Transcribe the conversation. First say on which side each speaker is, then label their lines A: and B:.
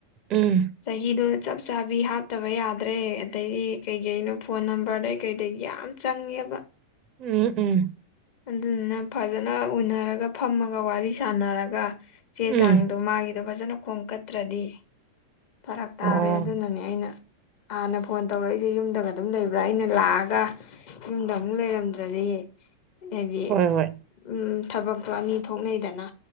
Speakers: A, on the right; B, on the left.
A: ꯎꯝ
B: ꯆꯍꯤꯗꯣ ꯆꯞ ꯆꯥꯕꯤ ꯍꯥꯞꯇꯕ ꯌꯥꯗ꯭ꯔꯦ ꯑꯗꯩꯗꯤ ꯀꯩꯀꯩꯅꯣ ꯐꯣꯟ ꯅꯝꯕꯔꯗꯩ ꯀꯩꯗꯩ ꯌꯥꯝ ꯆꯪꯉꯦꯕ
A: ꯎꯝ ꯎꯝ
B: ꯑꯗꯨꯗꯨꯅ ꯐꯖꯅ ꯎꯅꯔꯒ ꯐꯝꯃꯒ ꯋꯥꯔꯤ ꯁꯥꯟꯅꯔꯒ ꯆꯦ
A: ꯎꯝ
B: ꯆꯥꯡꯗꯣ ꯃꯥꯒꯤꯗꯣ ꯐꯖꯅ ꯈꯣꯝꯀꯠꯇ꯭ꯔꯗꯤ ꯐꯔꯛ ꯇꯥꯔꯦ
A: ꯑꯣ
B: ꯑꯗꯨꯅꯅꯦ ꯑꯩꯅ ꯍꯥꯟꯅ ꯐꯣꯟ ꯇꯧꯔꯛꯏꯁꯦ ꯌꯨꯝꯗꯒ ꯑꯗꯨꯝ ꯂꯩꯕ꯭ꯔꯥ ꯑꯩꯅ ꯂꯥꯛꯑꯒ ꯌꯨꯝꯗ ꯑꯃꯨꯛ ꯂꯩꯔꯝꯗ꯭ꯔꯗꯤ ꯍꯥꯏꯗꯤ
A: ꯍꯣꯏ ꯍꯣꯏ
B: ꯎꯝ ꯊꯕꯛꯇꯣ ꯑꯅꯤ ꯊꯣꯛꯅꯩꯗꯅ